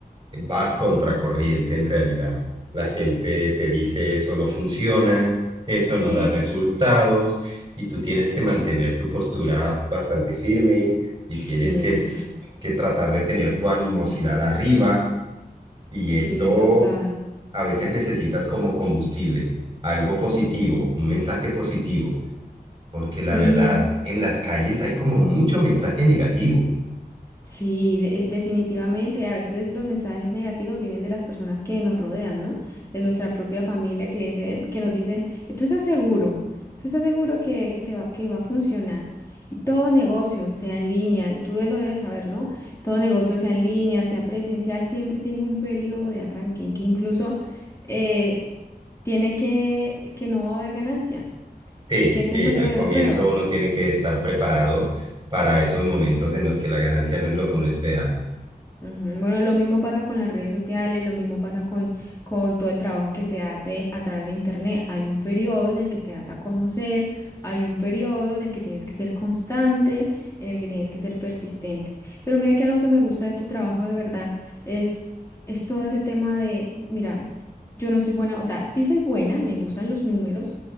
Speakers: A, on the right (about 25°); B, on the left (about 20°).
A: vas contracorriente en realidad. La gente te dice eso no funciona, eso
B: sí,
A: no da resultados y tú tienes que mantener tu postura bastante firme y tienes
B: sí,
A: que, s- que tratar de tener tu animosidad arriba y
B: sí,
A: esto
B: total.
A: a veces necesitas como combustible, algo positivo,
B: Sí,
A: un mensaje positivo, porque
B: sí,
A: la verdad en las calles hay como mucho mensaje negativo.
B: Sí, de- definitivamente. A veces los mensajes negativos vienen de las personas que nos rodean, ¿no? De nuestra propia familia que le dicen, que nos dicen, tú estás seguro, tú estás seguro que, que te va, que va a funcionar. Y todo negocio, sea en línea, tú lo debes saber, ¿no? Todo negocio, sea en línea, sea presencial, siempre tiene un periodo de arranque en que incluso eh, tiene que, que no va a haber ganancia,
A: Sí,
B: que es
A: sí,
B: un periodo
A: al comienzo
B: de prueba.
A: uno tiene que estar preparado para esos momentos en los que la ganancia no es lo que uno espera.
B: Ujú, Bueno, lo mismo pasa con las redes sociales, lo mismo pasa con, con todo el trabajo que se hace a través de Internet. Hay un periodo en el que te das a conocer, hay un periodo en el que tienes que ser constante, en el que tienes que ser persistente. Pero mira que algo que me gusta de tu trabajo de verdad es, es todo ese tema de, mira, yo no soy buena, o sea, sí soy buena, me gustan los números,